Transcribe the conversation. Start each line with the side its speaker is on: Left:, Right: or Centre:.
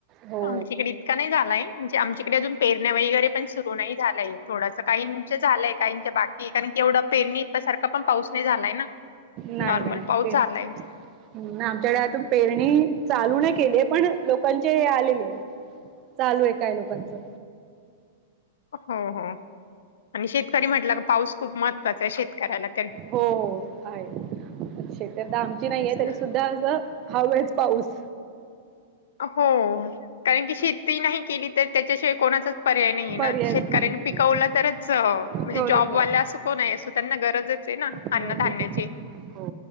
Right: हो
Left: आमच्याकडे इतका नाही झालाय म्हणजे आमच्याकडे अजून पेरण्या वगैरे पण सुरु नाही झालाय. थोडस काहींचं झालंय, काहीच्या बाक कारण की एवढा पेरणीसारखा पण पाऊस नाही झालाय ना.
Right: नाय
Left: नॉर्मल
Right: नाय.
Left: पाऊस
Right: तेच
Left: झालाय
Right: हं आमच्याकडे आजून पेरणी चालू नाही केलीये, पण लोकांचे हे आलेले आहेत. चालू आहे काही लोकांचं.
Left: हो हो. आणि शेतकरी म्हटलं का पाऊस खूप महत्त्वाचा आहे शेतकऱ्याला तरी.
Right: हो हो आहे. शेतं तर आता आमची नाहीयेत
Left: तेच
Right: तरीसुद्धा
Left: ना
Right: असं हवाच पाऊस.
Left: अ हो, कारण की शेती नाही केली तर त्याच्याशिवाय कोणाचच पर्याय नाहीये
Right: पर्यायच
Left: ना. शेतकऱ्यांनं
Right: नाही
Left: पिकवलं तरच म्हणजे
Right: कवलं
Left: जॉबवाले
Right: तर
Left: असो कोण आहे, असो त्यांना गरजच आहे ना?
Right: गरजेचच
Left: अन्नधान्याची.
Right: हो